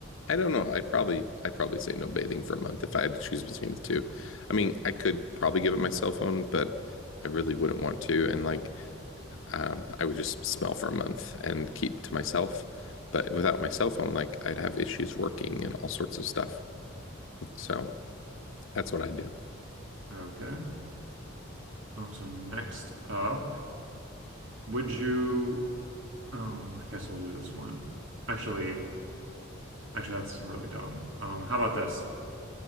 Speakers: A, on the left; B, on the right.
A: I don't know. I'd probably I'd probably say no bathing for a month if I had to choose between the two. I mean, I could probably give up my cell phone, but I really wouldn't want to. And like, um, I would just smell for a month and keep to myself. But without my cell phone, like I'd have issues working and all sorts of stuff. So that's what I do.
B: okay. Um, so next up, would you? Um, I guess we'll do this one. Actually, actually, that's really dumb. Um, how about this?